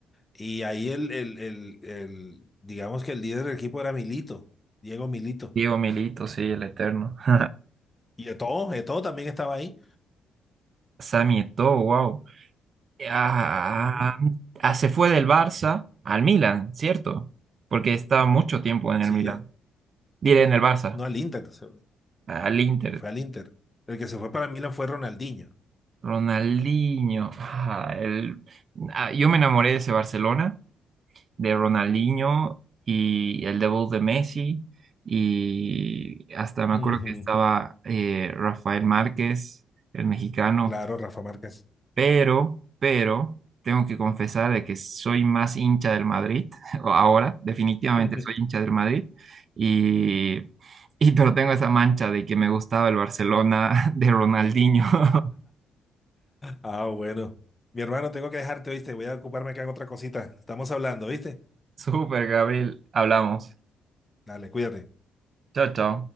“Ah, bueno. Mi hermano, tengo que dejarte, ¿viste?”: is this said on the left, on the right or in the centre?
Left